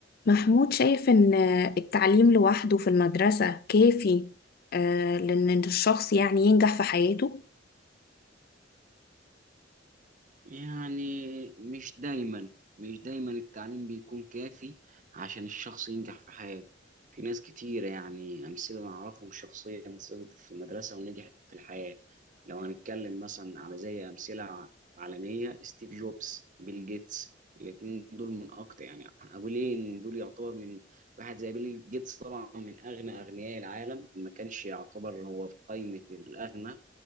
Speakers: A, on the left; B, on the right.
A: محمود شايف إن التعليم لوحده في المدرسة كافي آه، لأن الشخص يعني ينجح في حياته
B: يعني مش دايما مش دايما التعليم بيكون كافي عشان الشخص ينجح في حياته في ناس كتيرة يعني أمثلة أنا أعرفهم شخصيا سقطت في المدرسة ونجحت في الحياة لو هنتكلم مثلا على زي أمثلة ع- عالمية ستيف جوبز بيل جيتس الاتنين دول من أكتر يعني أقول إيه إن دول يعتبر من واحد زي بيل جيتس طبعا من أغنى أغنياء العالم ما كانش يعتبر هو في قائمة الأغنى